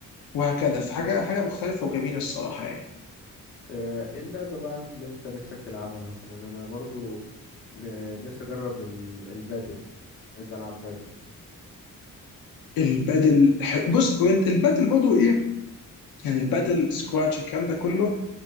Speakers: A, on the left (about 85°); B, on the left (about 35°).
A: وهكذا فحاجه حاجه مختلفه وجميله الصراحه يعني
B: آه، ايه اللعبة بقى اللي انت نفسك تلعبها مثلا انا برضو ن- نفسي اجرب ال- البادل عايز العب بادل
A: البادل ح- بص وانت البادل برضه ايه يعني البادل سكواتش الكلام ده كله